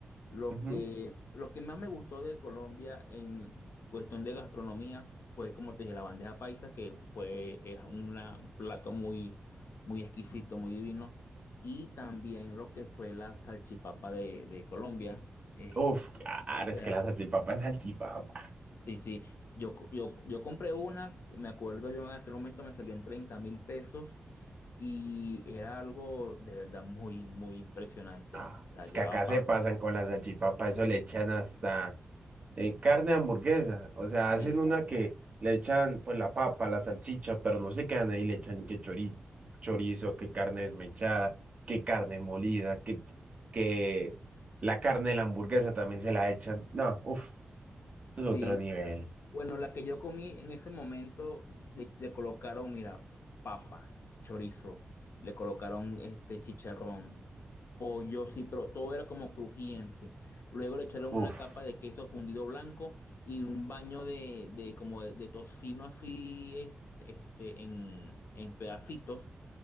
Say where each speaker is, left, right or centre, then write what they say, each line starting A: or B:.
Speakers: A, on the left; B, on the right.
A: Lo
B: Ujú.
A: que, lo que más me gustó de Colombia en cuestión de gastronomía fue, como te dije, la bandeja paisa, que fue, es una- un plato muy, muy exquisito, muy divino. Y también lo que fue la salchipapa de, de Colombia. Eh,
B: Uf, claro,
A: o sea,
B: es que la salchipapa es salchipapa.
A: sí, sí. Yo, co- yo, yo compré una, me acuerdo yo en aquel momento me salió en treinta mil pesos y era algo de verdad muy, muy impresionante.
B: Ah,
A: O sea,
B: es
A: llevaba
B: que acá se
A: papa.
B: pasan con la salchipapa, eso le echan
A: Sí,
B: hasta...
A: sí.
B: eh, carne de hamburguesa. O sea, hacen
A: Exacto.
B: una que le echan pues la papa, la salchicha, pero no se quedan ahí, le echan que chori- chorizo, que carne desmechada, que carne molida, que, que la carne de la hamburguesa también se la echan. No, uff,
A: Sí,
B: es otro nivel.
A: bueno, la que yo comí en ese momento le, le colocaron, mira, papa, chorizo, le colocaron este chicharrón, pollo, sí, pero todo era como crujiente. Luego le echaron una
B: Uff,
A: capa de queso fundido blanco y un baño de, de como de, de tocino así, eh, este, en, en pedacitos.